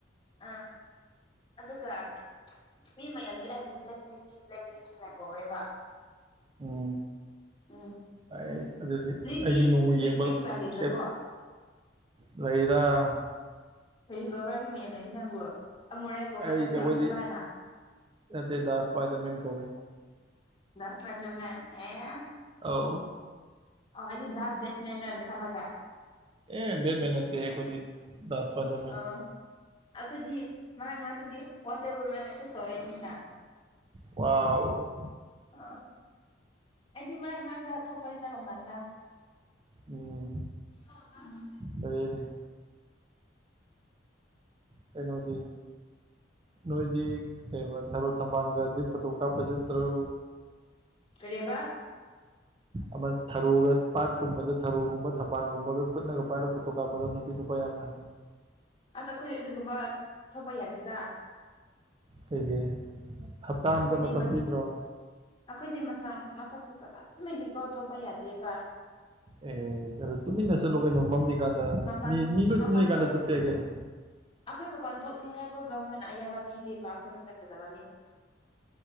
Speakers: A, on the left; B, on the right.
A: ꯑꯥ ꯑꯗꯨꯒ ꯃꯤ ꯃꯌꯥꯝꯗꯤ ꯑꯩꯕꯨ ꯕ꯭ꯂꯦꯛ ꯕ꯭ꯌꯨꯇꯤ ꯕ꯭ꯂꯦꯛ ꯕ꯭ꯌꯨꯇꯤꯅ ꯀꯧꯋꯦꯕ
B: ꯎꯝ
A: ꯎꯝ
B: ꯑꯩꯁ ꯑꯗꯨꯗꯤ
A: ꯅꯣꯏꯗꯤ
B: ꯑꯩꯁꯨ ꯅꯣꯡꯃ
A: ꯅꯤꯛꯅꯦꯝꯒ
B: ꯌꯦꯡꯕ
A: ꯂꯩꯇ꯭ꯔꯕꯣ
B: ꯀꯞ ꯂꯩꯗ
A: ꯀ ꯀꯧꯕ꯭ꯔꯥ ꯃꯤ ꯃꯌꯥꯝ ꯅꯁꯤ ꯅꯪꯕꯨ ꯑꯃꯨꯔꯥꯏ ꯀꯧꯕ꯭ꯔꯥ
B: ꯑꯩꯁꯦ
A: ꯅꯪꯁꯨ
B: ꯑꯩꯈꯣꯏꯗꯤ
A: ꯑꯃꯨꯕ꯭ꯔ ꯍꯥꯏꯅ
B: ꯅꯠꯇꯦ ꯗꯥ ꯏꯁꯄꯥꯏꯗꯔꯃꯦꯟ ꯀꯧꯋꯦ
A: ꯗꯁ ꯃꯃꯦꯟ ꯑꯦ
B: ꯑꯧ
A: ꯑꯣ ꯑꯩꯗꯤ ꯗꯥ ꯕꯦꯠꯃꯦꯟꯠꯔꯅ ꯈꯜꯂꯒ
B: ꯑꯦ ꯦꯠ ꯃꯦꯍꯟꯠꯈꯣꯏꯗꯤ ꯗ ꯄꯥꯗ
A: ꯑꯣ ꯑꯩꯈꯣꯏꯗꯤ ꯃꯔꯛ ꯃꯔꯛꯇꯗꯤ ꯑꯣꯟꯗꯔ ꯋꯨꯃꯦꯦꯟꯟꯅꯁꯨ ꯀꯧꯋꯛꯏ ꯃꯤꯅ
B: ꯋꯥꯎ
A: ꯑ ꯑꯩꯗꯤ ꯃꯔꯛ ꯃꯔꯛꯇ ꯊꯣꯛꯄꯅꯤꯗ ꯃꯄꯥꯜꯗ
B: ꯎꯝ
A: ꯎꯝ
B: ꯍꯅꯦ ꯀꯩꯅꯣꯗꯤ ꯅꯣꯏꯗꯤ ꯀꯩꯕ ꯊꯔꯣ ꯊꯝꯕꯥꯜꯒꯗꯤ ꯐꯣꯇꯣ ꯀꯥꯞꯄ ꯆꯠꯇ꯭ꯔꯣ
A: ꯀꯔꯤꯌꯦꯕ
B: ꯑꯃ ꯊꯔꯣꯒ ꯄꯥꯠꯀꯨꯝꯕꯗ ꯊꯔꯣꯒꯨꯝꯕ ꯊꯝꯕꯥꯜꯒꯨꯝꯕꯒ ꯈꯨꯠꯅꯒ ꯄꯥꯏꯔꯒ ꯐꯣꯇꯣ ꯀꯥꯞꯄꯗ ꯅꯨꯄꯤ ꯅꯨꯄꯥ ꯌꯥꯝꯅ
A: ꯑꯁ ꯑꯩꯈꯣꯏ ꯑꯗꯨꯒꯨꯝꯕ ꯊꯣꯛꯄ ꯌꯥꯗꯦꯗ
B: ꯀꯩꯒꯤ ꯍꯞꯇꯥ ꯑꯝꯗ
A: ꯈꯣꯏꯗꯤ
B: ꯃꯇꯝ
A: ꯃꯁꯁꯦ
B: ꯄꯤꯗ꯭ꯔꯣ
A: ꯑꯩꯈꯣꯏꯗꯤ ꯃꯁꯝ ꯃꯁꯛ ꯐꯖꯥꯃꯟꯕꯒꯤꯀꯣ ꯊꯣꯛꯄ ꯌꯥꯗꯦꯕ
B: ꯑꯦ ꯑꯗꯨ ꯇꯨꯃꯤꯟꯅ ꯆꯠꯂꯨ ꯀꯩꯅꯣ ꯃꯝꯃꯤꯀꯥꯟꯗ
A: ꯃꯄꯥꯟ
B: ꯃꯤ ꯃꯤ ꯂꯣꯏ
A: ꯃꯄꯥꯟ
B: ꯇꯨꯝꯅꯔꯤꯀꯥꯟꯗ
A: ꯊꯣꯛ
B: ꯆꯠꯄ ꯌꯥꯏ ꯀꯩꯅꯣ
A: ꯑꯩꯈꯣꯏ ꯃꯄꯥꯟ ꯊꯣꯛꯅꯤꯡꯉꯥꯏꯀꯣ ꯒꯕꯔꯃꯦꯟꯅ ꯑꯌꯥꯕ ꯄꯤꯗꯦꯕ ꯑꯩꯈꯣꯏ ꯃꯁꯛ ꯐꯖꯕ ꯃꯤꯁꯦ